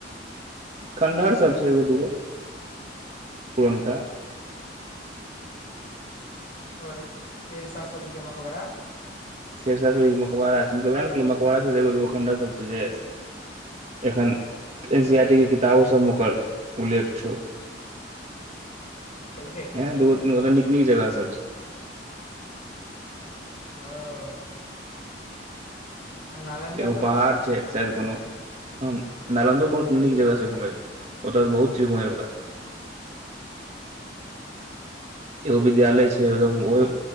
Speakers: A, on the right; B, on the left.
A: खण्डहर सब छै एगो दूगो पुरनका
B: आओर शेरशाह सूरी के मकबरा
A: शेरशाह सुरी के मकबड़ा छै मतलब उएह ने कहलियो मकबड़ा सब एगो दूगो खण्डर सब छै जे एखन एन सी आर टी के किताबो सभ मे ओकर उल्लेख छौ
B: खेलकै की
A: ऐहन दू गो तीन गो ओत नीक नीक जगह सब छै
B: हँ नालन्दा
A: एगो
B: सबमे
A: पहाड़ छै शायद कोनो ह नालन्दो बहुत नीक जगह छै घुमे ले ओतत बहुत चीज घुमेय वाला छै छै एगो विद्यालय
B: ह
A: छै एगदम ओहो